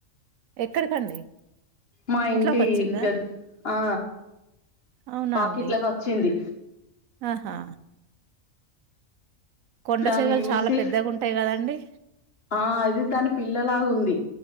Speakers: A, on the right (about 80°); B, on the left (about 45°).
A: ఎక్కడికండి
B: మా
A: ఇంట్లోకొచ్చిందా?
B: ఇంటి దగ్ ఆ
A: అవునా
B: వాకిట్లకు
A: అండి.
B: వచ్చింది
A: ఆహా కొండ
B: దాన్ని
A: చెరువులు
B: చూసి
A: చాలా పెద్దగుంటాయి గదండీ.
B: ఆ ఇది దాని పిల్లలాగా ఉంది